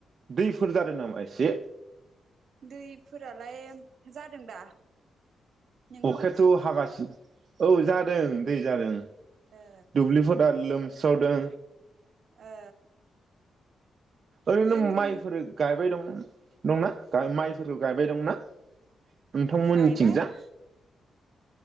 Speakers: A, on the right (about 40°); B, on the right (about 60°).
A: दैफोर जादों नामा एसे
B: दैफोरालाय जादों दा नोंथांमोनथिं
A: अखायाथ' हागासिनो औ जादों दै जादों
B: ओ
A: दुब्लफ्रा दा लोम स्रावदों
B: ओ
A: ओरैनो
B: जोंथिं
A: माइफोर गायबाय दं दंना माइफोरखौ गायबाय दंना नोंथांमोननिथिंजा
B: गायबाय